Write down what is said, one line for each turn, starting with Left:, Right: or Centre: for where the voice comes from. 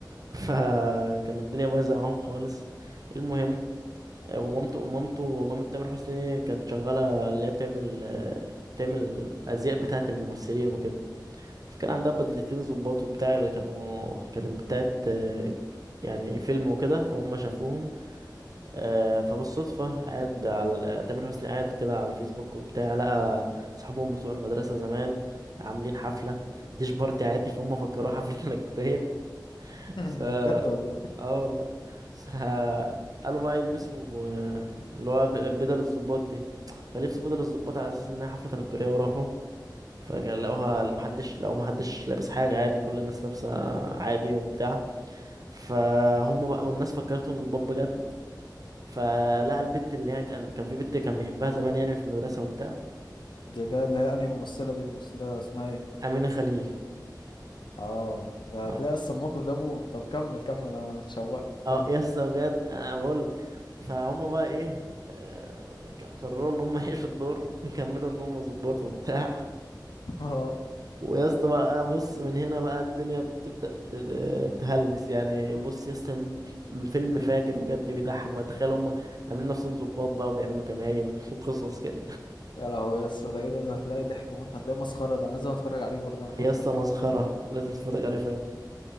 Right: <laughs> فكان الدنيا بايظة معاهم خالص المهم آه، ومامته مامته مامة تامر حسني كانت شغالة اللي هي بتعمل آه، بتعمل الأزياء بتاعة الممثلين وكده فكان عندها بدلتين ظباط وبتاع اللي كانوا كانت بتاعت آه، يعني فيلم وكده فهم شافوهم آه، فبالصدفة قاعد على تامر حسني قاعد كده على الفيسبوك وبتاع لقى صحابهم بتوع المدرسة زمان عاملين حفلة ديش بارتي عادي فهم فكروها حفلة <laughs> تنكرية
Left: <laughs>
Right: ف
Left: ده بجد والله
Right: اه والله ف قالوا بقى يلبسوا آه، اللي هو ب- بدل الظباط دي فلبسوا بدل الظباط على اساس انها حفلة تنكرية وراحوا فلقوها محدش لو محدش لابس حاجة عادي كل الناس لابسة عادي وبتاع فهم بقى والناس فكرتهم ظباط بجد فلقى البت اللي هي كان كان في بنت كان بيحبها زمان يعني في المدرسة وبتاع
Left: جايبها اللي هي انهي ممثلة دي ممثلة اسمها ايه
Right: فأمينة خليل
Left: اه ده
Right: اه
Left: هتلاقي اصلا الموقف ده موت طب كمل كمل انا اتشوقت
Right: اه
Left: كمل
Right: يسطا بجد انا بقول لك فهم بقى ايه آه، ك- قرروا ان هم يعيشوا الدور ويكملوا ان هم ظباط وبتاع
Left: <laughs> اه
Right: ويا اسطى بقى بص من هنا بقى الدنيا بتبدأ ت- تهلس يعني بص يا اسطى الم- فيلم فاجر بجد بيضحك بقى تخيل هم عاملين نفسهم ظباط بقى وبيعملوا كمائن <laughs> وقصص كده
Left: يا لهوي يا اسطى ده ايه ده ده هتلاقي ضحك موت هتلاقي مسخره ده انا لازم اتفرج عليه برضه انا كمان
Right: يا اسطى
Left: ده
Right: مسخرة لازم تتفرج عليه فيلم